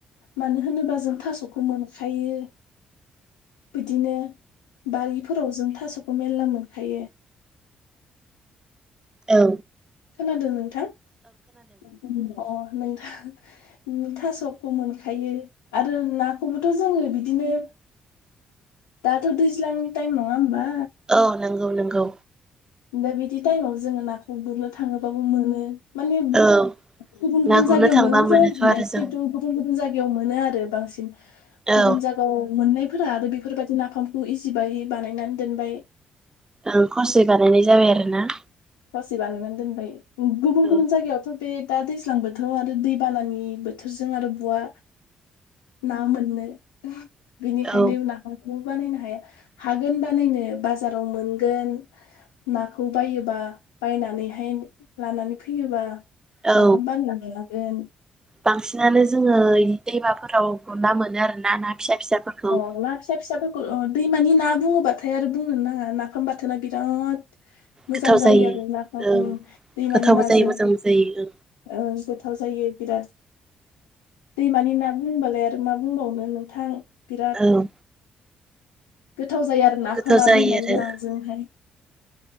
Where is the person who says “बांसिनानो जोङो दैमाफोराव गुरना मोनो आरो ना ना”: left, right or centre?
Right